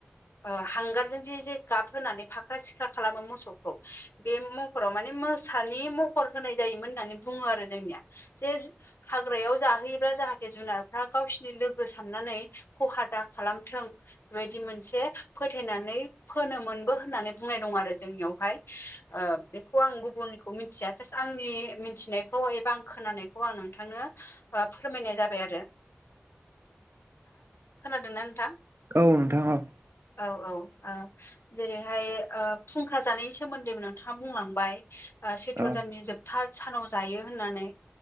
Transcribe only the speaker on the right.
औ नोंथां औ
औ